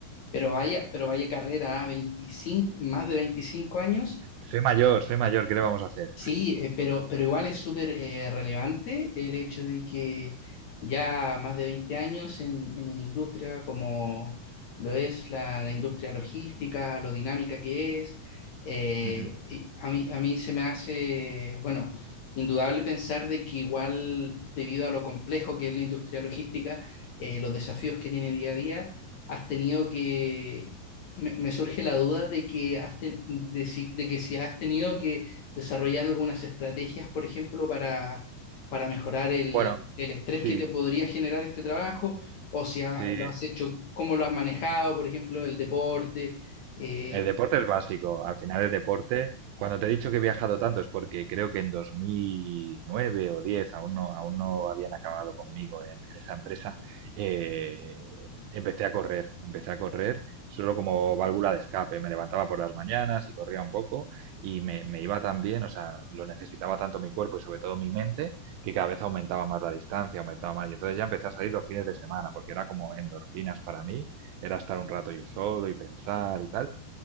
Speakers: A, on the left; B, on the right.
A: Pero vaya, pero vaya carrera, ¿ah? 25, más de veinticinco años
B: Soy mayor, soy mayor, ¿qué le vamos a hacer?
A: Sí, eh, pero, pero igual es súper eh, relevante el hecho de que ya más de 20 años en, en una industria como lo es la, la industria logística, lo dinámica que es, eh,
B: Ujú.
A: y a mí, a mí se me hace, bueno, indudable pensar de que igual debido a lo complejo que es la industria logística, eh, los desafíos que tiene día a día, has tenido que, me, me surge la duda de que, has ten- de si- de que si has tenido que desarrollar algunas estrategias, por ejemplo, para, para mejorar el,
B: Bueno,
A: el estrés
B: sí,
A: que te podría generar este trabajo, o si
B: sí,
A: ha- lo has hecho, cómo lo has manejado, por ejemplo, el deporte. eh,
B: El deporte es básico, al final el deporte, cuando te he dicho que he viajado tanto es porque creo que en 2009 o 10 aún no, aún no habían acabado conmigo en, en esa empresa, eh, empecé a correr, empecé a correr solo como válvula de escape, me levantaba por las mañanas y corría un poco y me, me iba tan bien, o sea, lo necesitaba tanto mi cuerpo y sobre todo mi mente, que cada vez aumentaba más la distancia, aumentaba más y entonces ya empecé a salir los fines de semana porque era como endorfinas para mí, era estar un rato yo solo y pensar y tal